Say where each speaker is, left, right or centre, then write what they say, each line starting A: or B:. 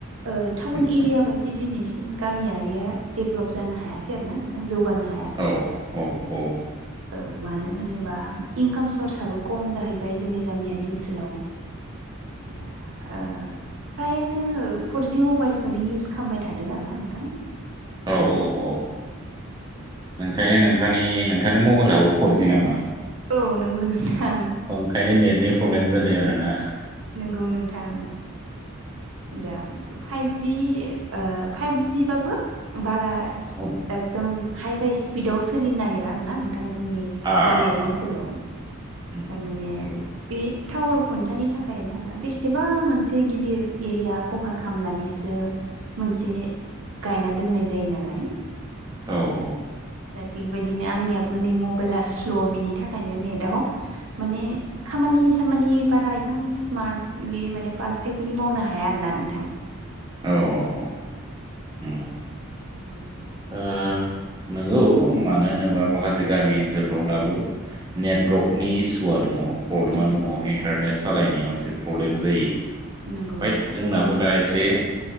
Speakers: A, on the right (about 65°); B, on the right (about 20°).
A: ओ टाउन
B: आदसा
A: एरिया बायदि दिनै गामियारिया डेभेलप जानो हायाखै आरो ना नोंथां। जौगानो हायाखै
B: औ औ औ।
A: औ, मानो होनोबा इंकाम सर्सआबो खम जाहैबाय जोंनि गामियारि ओनसोलाव। दा ओ फ्रायानो फरजि मबाइलखौनो इउस खालामबाय थादों आरो ना नोंथां।
B: औ
A: दा
B: औ ओंखायनो नोंथांनि नोंथांनि मबाइलाबो फरजि नामा?
A: औ नंगौ नोंथां
B: ओंखायनो नेटनि प्रब्लेम जादों आरोना?
A: नोंगौ नोंथां। दा फाइभजि ओ फाइभजिबाबो बारा
B: औ
A: एकदम हाइ फाइ स्पिदाव सोलिनो नागिरा आरोना नोंथा जोंनि
B: आ
A: गामियारि
B: आ आ
A: ओनसोलाव।
B: आ
A: थारमाने
B: उम उम नंगौ।
A: बे टावार खुन्थानि थाखायनो आरोना बेसेबा मोनसे गिदिर एरिया कभार खालामनानैसो मोनसे गायना दोननाय जायो नालाय
B: औ औ।
A: दा थिगबायदिनो आंनियाबो नै मबाइला स्ल' बिनि थाखायनो नेटआव माने खामानि खामानि बारा इमान स्मार्टलि माने पारफेक्टलि मावनो हाया आरो ना नोंथां।
B: औ औ औ नोंगौ।
A: बिनि थाखाय
B: ओ नोंगौ मानो होनोबा माखासे गामि ओनसोलफ्राव दाबो नेटवर्कनि इसुआ दङ। प्रब्लेमा
A: इसु
B: दङ इन्टारनेट सालायनायाव एसे प्रब्लेम जायो।
A: नंगौ
B: फाइय
A: नोंथां
B: जोंनाबो दा एसे बे